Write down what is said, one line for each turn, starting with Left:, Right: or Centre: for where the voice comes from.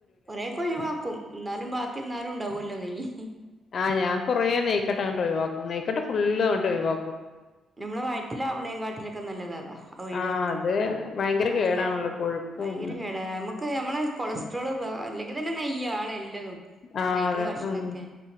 Right: കൊറെേക്ക ഒഴിവാക്കും എന്നാലും ബാക്കി എന്നാലും ണ്ടാവോലോ നയ്യ്
Left: ആ ഞാൻ കൊറെ നെയ്ക്കട്ട അങ്ങട്ട് ഒഴിവാക്കും നെയ്ക്കട്ട ഫുള് ആട്ട് ഒഴിവാക്കും
Right: നമ്മള് വയറ്റിലാവണേ കാട്ടിലൊക്കെ നല്ലതാ അതാ ഒഴവാക്ക
Left: ആഹ് അത് ഭയങ്കര
Right: വയറ്റില
Left: കേടാണല്ലോ കൊഴുപ്പും
Right: ഭയങ്കര കേട നമ്മുക്ക് നമ്മെ കൊളസ്ട്രോള് അല്ലെങ്കിൽ തന്നെ നെയ്യ ആണ് ലതും
Left: ആഹ്
Right: കഴിക്ക്ണ
Left: അതെ
Right: ഭക്ഷണക്കെ
Left: ഉം